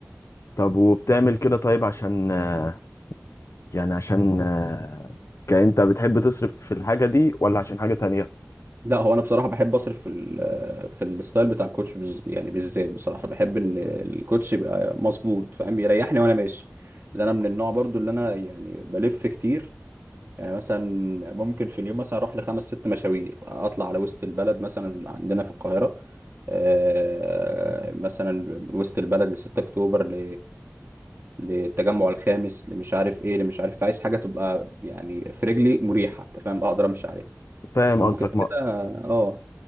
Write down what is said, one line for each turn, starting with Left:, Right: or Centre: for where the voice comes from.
Left: طب وبتعمل كده طيب عشان آه، يعني عشان آه، كأنت بتحب تصرف في الحاجة دي ولا عشان حاجة تانية
Right: لا هو انا بصراحه بحب اصرف في ال- في الستايل بتاع الكوتش بز... يعني بالذات بصراحه بحب ان الكوتش يبقى مظبوط فاهم يريحني وانا ماشي لان انا من النوع برضو اللي انا يعني بلف كتير يعني مثلا ممكن في اليوم مثلا اروح لخمس ست مشاوير اطلع على وسط البلد مثلا عندنا في القاهره آه، مثلا من وسط البلد ل 6 اكتوبر ل للتجمع الخامس اللي مش عارف ايه اللي مش عارف عايز حاجه تبقى يعني في رجلي مريحه انت فاهم اقدر امشي عليها
Left: فاهم
Right: يعني
Left: قصدك
Right: ممكن
Left: ما
Right: كده اه